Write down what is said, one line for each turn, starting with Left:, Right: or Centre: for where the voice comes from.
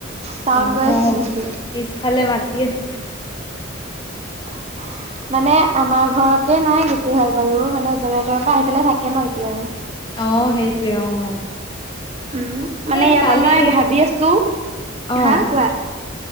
Right: চাউণ্ড
Left: অহ
Right: গৈ আছে নেকি?
Left: পিছফালে মাতি আছে
Right: <inaudible> মানে আমাৰ ঘৰতে নাই গোটেই, হয় বাৰু। মানে য'ৰে-তৰে পৰা আহি পেলাই থাকে ন এতিয়া আৰু।
Left: অ', সেইটোৱে অ'।
Right: উম, মানে
Left: এই
Right: ইয়াৰ
Left: কালি
Right: পৰা মই ভাবি আছোঁ।
Left: অ
Right: হা কোৱা।